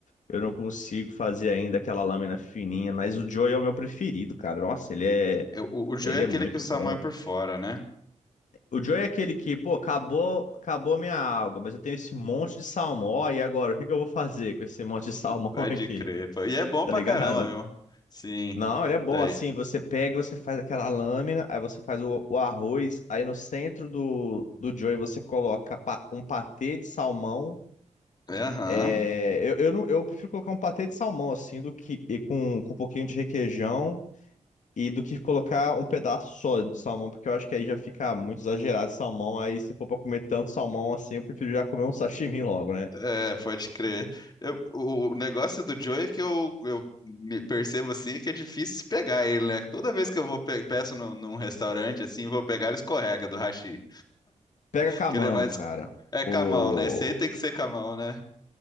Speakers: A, on the left; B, on the left.
A: eu não consigo fazer ainda aquela lâmina fininha, mas o Joy é o meu preferido, cara. Nossa, ele é,
B: Eu- O, o Joey
A: ele
B: é
A: é
B: aquele
A: muito
B: que o Samu
A: bom.
B: é por fora, né?
A: O Joey é aquele que, pô, acabou, acabou a minha alga, mas eu tenho esse monte de salmão, e agora, o que que eu vou fazer com esse monte de salmão
B: Pode
A: <laughs> aqui?
B: crer. pô. E é bom
A: Tá
B: pra
A: ligado?
B: caramba, meu. Sim.
A: Não, ele é bom
B: Daí.
A: assim, você pega, e você faz aquela lâmina, aí você faz o, o arroz, aí no centro do, do Joey você coloca pa- um patê de salmão.
B: Aham.
A: É, eu, eu, não, eu prefiro colocar um patê de salmão assim, do que e com, com um pouquinho de requeijão e do que colocar um pedaço sólido de salmão, porque eu acho que aí já fica muito exagerado o salmão. Aí se for pra comer tanto salmão assim, eu prefiro já comer um sashimi logo, né?
B: É, pode crer. Eu- o o negócio do Joey é que eu, eu me percebo assim que é difícil pegar ele, né? Toda vez que eu vou pe- peço num, num restaurante assim, vou pegar ele escorrega do hashi.
A: Pega com a
B: Que
A: mão,
B: ele é mais.
A: cara.
B: É
A: O,
B: camão, né? Esse aí tem que ser camão, né?